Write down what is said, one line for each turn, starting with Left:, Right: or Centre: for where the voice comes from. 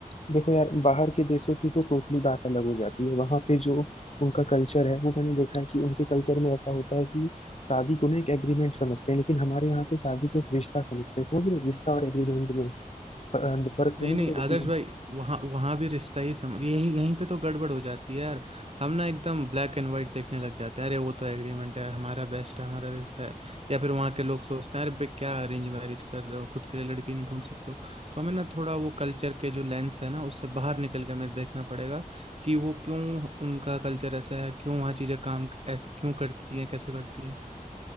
Left: देखो यार बाहर के देशों की तो टोटली बात अलग हो जाती है वहां पे जो उनका कल्चर है वो मैंने देखा है कि उनके कल्चर में ऐसा होता है कि शादी को ना एक एग्रीमेंट समझते हैं लेकिन हमारे यहाँ पे शादी को एक रिश्ता समझते हैं समझ रहे हो रिश्ता और एग्रीमेंट में फ- फर्क समझ
Right: नहीं नहीं
Left: रहे हो
Right: आदर्श
Left: कि
Right: भाई वहाँ वहाँ भी रिश्ता ही समझ यही यहीं पे तो गड़बड़ हो जाती है यार हम ना एकदम ब्लैक एंड व्हाइट देखने लग जाते हैं अरे वो तो एग्रीमेंट है हमारा बेस्ट है हमारा रिश्ता है या फिर वहाँ के लोग सोचते हैं अरे भाई क्या अरेंज मैरिज कर रहे हो खुद के लिए लड़की नहीं ढूंढ सकते हो तो हमें ना थोड़ा वो कल्चर के जो लेंस है ना उससे बाहर निकल के हमें देखना पड़ेगा कि वो क्यों उनका कल्चर ऐसा है क्यों वहाँ चीज़ें काम ऐसे क्यों करती हैं कैसे करती हैं